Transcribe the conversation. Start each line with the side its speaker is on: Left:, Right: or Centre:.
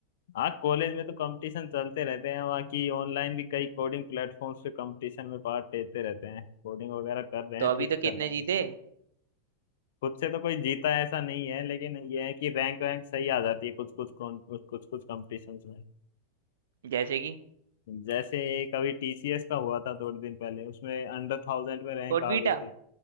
Left: हाँ कॉलेज में तो कंपटीशन चलते रहते हैं वहाँ की ऑनलाइन भी कई कोडिंग प्लेटफॉर्म्स पे कंपटीशन में पार्ट लेते रहते हैं कोडिंग वगैरह कर रहे
Right: तो
Left: हैं
Right: अभी
Left: ठीक
Right: तक कितने
Left: चल रहा
Right: जीते
Left: है सब खुद से तो कोई जीता ऐसा नहीं है लेकिन ये है कि रैंक वैंक सही आ जाती है कुछ कुछ कौन- कुछ कुछ कुछ कंपटीशन में
Right: जैसे कि
Left: जैसे एक अभी टीसीएस का हुआ था थोड़े दिन पहले उसमें अंडर थाउजेंड में रैंक
Right: कोटबीटा
Left: आ गई थी